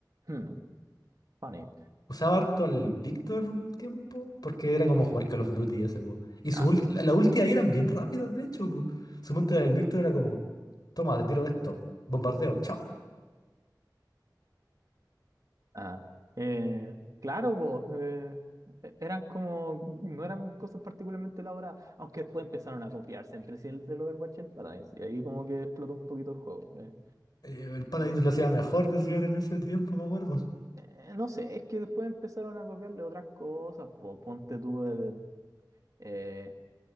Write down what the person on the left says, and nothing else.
Usaba harto al Victor un tiempo, porque era como jugar Call of Duty ese, po. Y su
ulti- la la ulti ahí eran bien rápidas, de hecho, po. Su ulti del Victor era como, toma, te tiro esto, bombardeo, chao.
Eh, el Paladin lo hacía mejor, decían en ese tiempo, me acuerdo.